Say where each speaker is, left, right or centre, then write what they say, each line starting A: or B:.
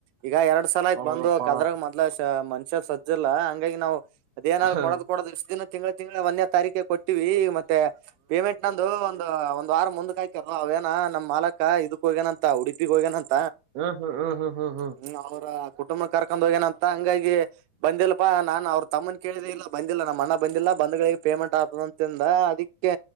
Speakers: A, on the right; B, on the right.
A: ಈಗ ಎರಡ್ ಸಲ ಆಯ್ತ್
B: ಹೌದಪ್ಪಾ
A: ಬಂದ ಕದ್ರಾಗ ಮೊದ್ ಮನುಷ್ಯ ಸಜ್ಜಲ್ಲ ಹಂಗಾಗಿ ನಾವವು ಅದೇನಾದ್
B: ಹ್ಮ್
A: ಕೊಡದ ಕೊಡದ್ಷ್ಟ ದಿನ ತಿಂಗಳು ತಿಂಗಳಳ ಒಂದೇ ತಾರೀಕೆ ಕೊಟ್ಟಿವವಿ ಈ ಮತ್ತೆ ಮತ್ತೆ ಪೇಮೆಂಟ್ ನಂದು ಒಂದು ದ್ವಾರ ಮುಂದ್ ಹಾಯಕರ ಅವ ೇನ ನಮ್ ಮಾಲಕ ಇದಕ್ಕ ಹೋಗೇನ ಅಂತ ಉಡುಪಿಗ್ ಹೋಗೇನಂತ
B: ಹ್ಮ್ ಹ್ಮ್ ಹ್ಮ್ ಹ್ಮ್ ಹ್ಮ್
A: ಹ್ಮ ಅವರ ಕುಟುಂಬ ಕರ್ಕೊಂಡ್ ಹೋಗೇನಂತ ಹಂಗಾಗಿ ಬಂದಿಲ್ಪಾ ನಾನ್ ಅವ್ರ ತಮ್ಮನ್ ಕೇಳಿದ ಇಲ್ಲ ಬಂದಿಲ್ಲ ನಮ್ಮ ಅಣ್ಣ ಬಂದಿಲ್ಲ ಬಂದ್ಗಳ ಪೇಮೆಂಟ್ ಆತದ ಅಂತಿಂದ ಅದಕ್ಕೆ